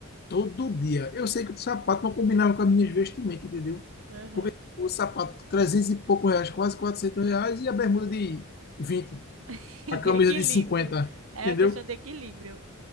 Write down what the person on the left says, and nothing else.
todo dia. Eu sei que o sapato não combinava com as minhas vestimentas, entendeu?
Porque tipo, o sapato 300 e pouco reais, quase 400 reais, e a bermuda de 20,
a camisa
de 50,
entendeu?